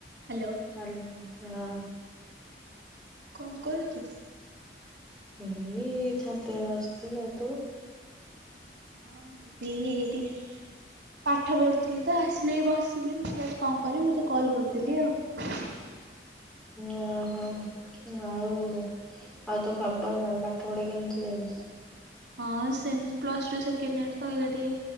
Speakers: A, on the right; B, in the centre.
A: ହ୍ୟାଲୋ
B: ଆଲୋ ହଁ।
A: କଣ କରୁଛୁ।
B: ଏଇ ଛାତ ରେ ବସିଥିଲ ଆ ତୁ
A: ହଁ ମୁଁ ବି ଏଇଠି ପାଠ ପଢୁଥିଲି ତ। ଆସିଲି ବସିଲି ମୁଁ ଆଜି କଣ କରି ତତେ କଲ କରିଦେଲି ଆଉ।
B: ଓହୋ ଆଉ ଆଉ ତ ଖବର କଣ ପାଠ ପଢା କେମିତି ଚା ଚାଲିଚି
A: ହଁ ସେମତି ପ୍ଲସ ଟୁ ସେକେଣ୍ଡ୍ ଇଅର ତ ଏଇଆ ଟିକେ।